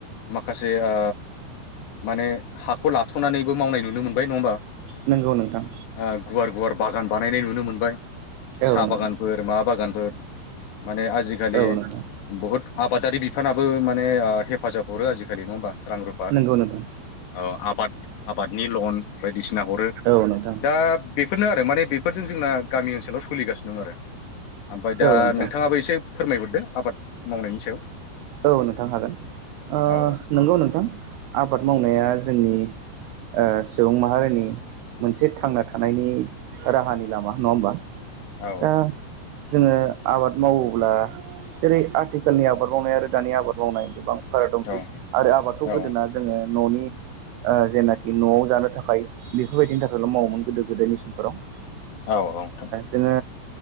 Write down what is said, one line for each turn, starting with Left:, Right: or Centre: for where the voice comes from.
Left: माखासे आ माने हाखौ लाथ'नानैबो मावनाय नुनो मोनबाय नङा होमबा।
Right: नंगौ नोंथां
Left: आ गुवार गुवार बागान बानायनाय नुनो मोनबाय।
Right: औ
Left: साह
Right: नोंथां
Left: बागानफोर मा बागानफोर माने आजिखालि
Right: औ नोंथां
Left: बहुद आबादारि बिफानाबो माने हेफाजाब हरो आजिखालि नङा होमबा? रां रुफा
Right: नोंगौ नोंथां ।
Left: औ आबाद आबादनि लन बायदिसिना हरो
Right: औ नोंथां
Left: दा बेफोरनो आरो माने बेफोरजों जोंना गामि ओनसोलाव स'लिगासिनो दं आरो । ओमफाय दा
Right: औ नोंथां
Left: नोंथाङाबो एसे फोरमायहरदो आबाद मावनायनि सायाव।
Right: औ नोंथां हागोन ओ
Left: औ
Right: नंगौ नोंथां आबाद मावनाया जोंनि ओ सुबुं माहारिनि मोनसे थांना थानायनि राहानि लामा नङा होमबा
Left: औ
Right: दा जोङो आबाद मावोब्ला जेरै आथिखालनि आबाद मावनाय आरो दानि आबाद मावनाय गोबां फाराग दंसै
Left: औ
Right: आरो आबादखौ
Left: औ
Right: गोदोना जोङो न'नि जेनाखि न'आव जानो थाखाय बेफोरबायदिनि थाखायल' मावोमोन गोदो गोदायनि समफोराव ।
Left: औ औ ।
Right: बिदिनो